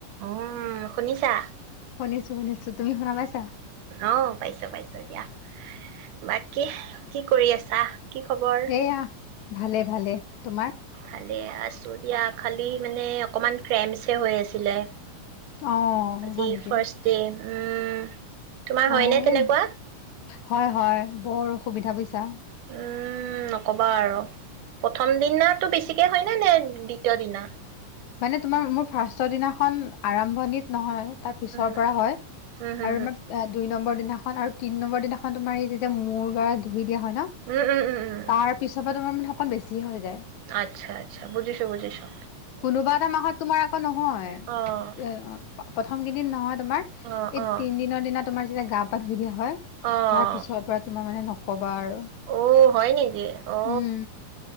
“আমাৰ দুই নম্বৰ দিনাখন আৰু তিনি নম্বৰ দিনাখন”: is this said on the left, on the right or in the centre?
Left